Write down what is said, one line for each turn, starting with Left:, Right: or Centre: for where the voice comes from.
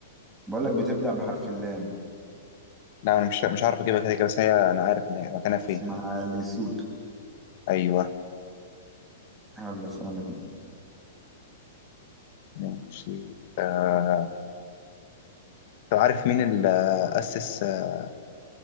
Centre: بقول لك بتبدأ بحرف اللام
Left: لا انا مش مش عارف اجيبها كده كده بس هي انا عارف إن هي مكانها فين
Centre: اسمها ليسوتو
Left: ايوه
Centre: يلا سؤالك أنت.
Left: ماشي آه... طب عارف مين اللي اسس آه،